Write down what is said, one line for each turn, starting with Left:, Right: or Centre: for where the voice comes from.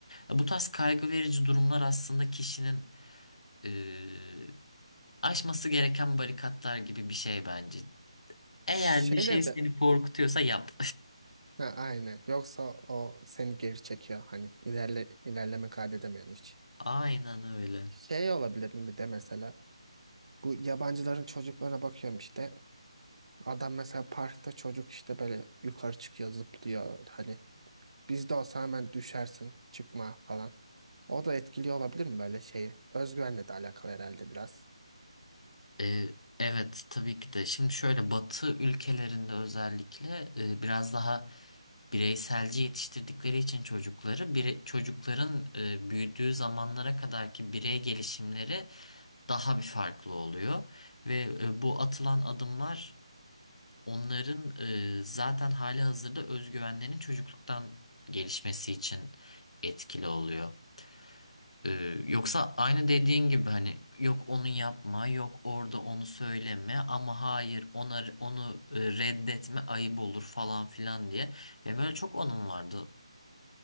Left: bu tarz kaygı verici durumlar aslında kişinin e, Aşması gereken barikatlar gibi bir şey bence. Eğer
Right: Şeyle
Left: bir şey seni
Right: de
Left: korkutuyorsa yap.
Right: ha, aynen. Yoksa o seni geri çekiyor hani ilerle ilerleme kaydedemiyorsun hiç.
Left: <laughs> Aynen öyle.
Right: Şey olabilir mi bir de mesela bu yabancıların çocuklarına bakıyorum işte adam mesela parkta çocuk işte böyle yukarı çıkıyor zıplıyor hani bizde olsa hemen düşersin çıkma falan. O da etkili olabilir mi böyle şeyi? Özgüvenle de alakalı herhalde biraz.
Left: Ee, evet tabii ki de. Şimdi şöyle Batı ülkelerinde özellikle e, biraz daha bireyselci yetiştirdikleri için çocukları bire- çocukların e, büyüdüğü zamanlara kadarki birey gelişimleri daha bir farklı oluyor ve e, bu atılan adımlar Onların e, zaten hali hazırda özgüvenlerinin çocukluktan gelişmesi için etkili oluyor. E, yoksa aynı dediğin gibi hani yok onu yapma, yok orada onu söyleme ama hayır ona, onu e, reddetme ayıp olur falan filan diye. Benim öyle çok onun vardı